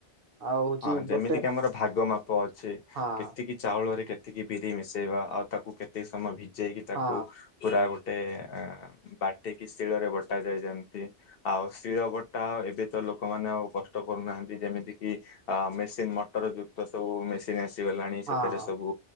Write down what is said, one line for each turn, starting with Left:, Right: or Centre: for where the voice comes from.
Right: ଆଉ ହଉଛି
Left: ହଁ ଯେମିତିକି
Right: ଗୋଟେ
Left: ଆମର ଭାଗ ମାପ ଅଛି
Right: ହଁ
Left: କେତିକି ଚାଉଳରେ କେତିକି ବିରି ମିଶେଇବା ଆଉ ତାକୁ କେତକି ସମୟ ଭିଜେଇକି ତାକୁ
Right: ହଁ
Left: ପୁରା ଗୋଟେ ଅ ବାଟିକି ଶିଳରେ ବଟା ଯାଇ ଯେମନ୍ତି ଆଉ ଶିଳ ବଟା ଏବେ ତ ଲୋକମାନେ ଆଉ କଷ୍ଟ କରୁନାହାନ୍ତି। ଯେମିତି କିି ଆ ମେସିନ ମଟର ଯୁକ୍ତ ସବୁ ମେସିନ ଆସିଗଲାଣି
Right: ହଁ
Left: ସେଥିରେ ସବୁ